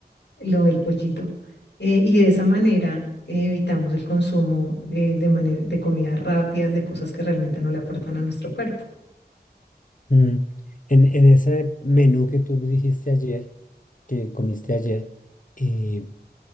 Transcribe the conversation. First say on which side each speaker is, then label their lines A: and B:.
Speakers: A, on the left; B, on the left.
A: lo del pollito. Eh, y de esa manera eh, evitamos el consumo eh, de manera, de comidas rápidas, de cosas que realmente no le aportan a nuestro cuerpo.
B: mm, en, en ese menú que tú dijiste ayer, que comiste ayer, eh,